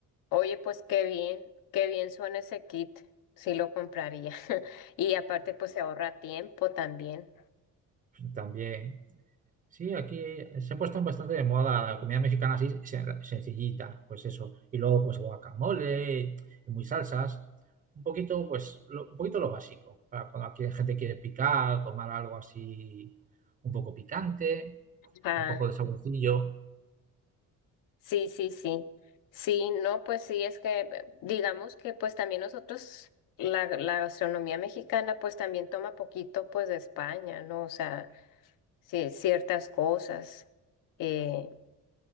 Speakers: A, on the left; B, on the right.
A: Oye, pues qué bien, qué bien suena ese kit, sí lo compraría. <laughs> Y aparte, pues se ahorra tiempo también.
B: También Sí, aquí se ha puesto bastante de moda la comida mexicana así sen- sencillita, pues eso. Y luego pues guacamole y muy salsas. Un poquito, pues, lo, un poquito lo básico, para cuando aquí la gente quiere picar, tomar algo así un poco picante,
A: Ah,
B: un poco de saborcillo,
A: sí, sí, sí. Sí, no, pues sí, es que eh, digamos que pues también nosotros, la, la gastronomía mexicana pues también toma poquito pues de España, ¿no? O sea, sí, ciertas cosas. Eh,